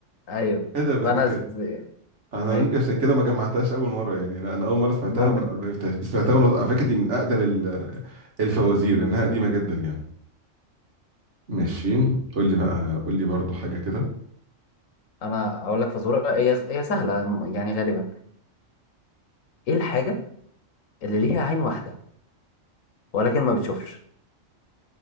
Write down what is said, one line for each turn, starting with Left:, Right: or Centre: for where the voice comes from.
Left: ايوه
Right: ايه ده بس
Left: فانا
Right: دي كانت
Left: ز...
Right: انا
Left: ايوه
Right: ممكن عشان كده ما جمعتهاش اول مره يعني لا انا اول مره سمعتها
Left: ممكن
Right: ما ما عرفتهاش دي سمعتها وانا على فكره دي من اقدم ال- الفوازير انها قديمه جدا يعني ماشي
Left: مم.
Right: قول لي بقى قول لي برضو حاجه كده
Left: انا اقول لك فزوره هي هي سهله م- يعني غالبا ايه الحاجه اللي ليها عين واحده ولكن ما بتشوفش